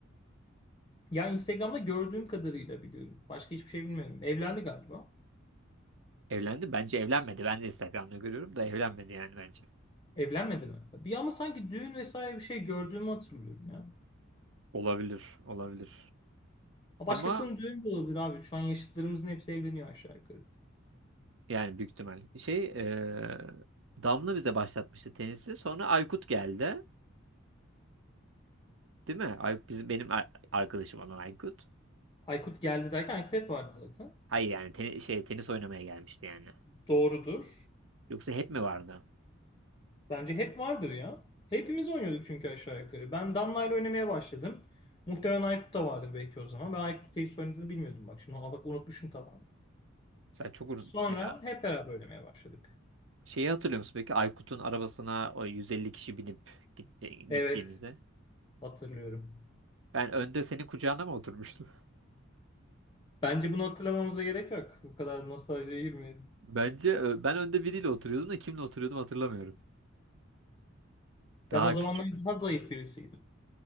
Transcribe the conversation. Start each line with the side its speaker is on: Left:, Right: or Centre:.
Left: ya Instagram'da gördüğüm kadarıyla biliyorum. Başka hiçbir şey bilmiyorum. Evlendi galiba.
Right: Evlendi. Bence evlenmedi. Ben de Instagram'da görüyorum da evlenmedi yani bence.
Left: Evlenmedi mi? Bir ama sanki düğün vesaire bir şey gördüğümü hatırlıyorum ya.
Right: Olabilir, olabilir.
Left: Ha, Başkasının
Right: Ama
Left: düğünü de olabilir abi. Şu an yaşıtlarımızın hepsi evleniyor aşağı yukarı.
Right: yani büyük ihtimal. Şey e, Damla bize başlatmıştı tenisi. Sonra Aykut geldi. Değil mi? Ay, bizim benim ar- arkadaşım olan Aykut.
Left: Aykut geldi derken Aykut hep vardı zaten.
Right: Hayır yani teni- şey tenis oynamaya gelmişti yani.
Left: Doğrudur.
Right: Yoksa hep mi vardı?
Left: Bence hep vardır ya. Hepimiz oynuyorduk çünkü aşağı yukarı. Ben Damla ile oynamaya başladım. Muhtemelen Aykut da vardır belki o zaman. Ben Aykut tenis oynadığını bilmiyordum bak. Şimdi bak unutmuşum tamamen.
Right: Sen çok unutmuşsun
Left: Sonra
Right: ya.
Left: hep beraber oynamaya başladık.
Right: Şeyi hatırlıyor musun peki Aykut'un arabasına o 150 kişi binip git- e, gittiğimizde?
Left: Evet, hatırlıyorum.
Right: Ben önde senin kucağına mı oturmuştum?
Left: Bence bunu hatırlamamıza gerek yok. Bu kadar nostaljiye girmeyelim.
Right: <laughs> Bence ö- ben önde biriyle oturuyordum da kimle oturuyordum hatırlamıyorum. Daha
Left: Ben o zamanlar
Right: küçük.
Left: daha zayıf birisiydim.